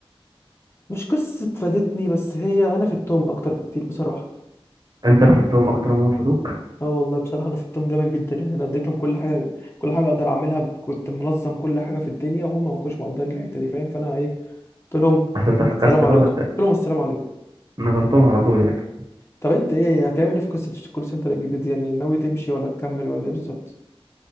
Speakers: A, on the left; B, on the right.
A: مش قصة فادتني بس هي انا في التوم اكتر بكتير بصراحة
B: انت اللي فدتهم اكتر ما هم فادوك
A: اه والله بصراحة انا في التوم جامد جدا يعني انا اديتهم كل حاجة كل حاجة اقدر اعملها ب- كنت منظم كل حاجة في الدنيا وهم ما كانوش مقدرين الحتة دي فاهم فانا ايه قلت لهم
B: عشان انت فكست
A: السلام عليكم
B: بقى وت-
A: قلت لهم السلام عليكم
B: نضرتهم على طول يعني
A: طب انت ايه هتعمل ايه في قصه الكول سنتر الجديد دي؟ يعني ناوي تمشي ولا تكمل ولا ايه بالظبط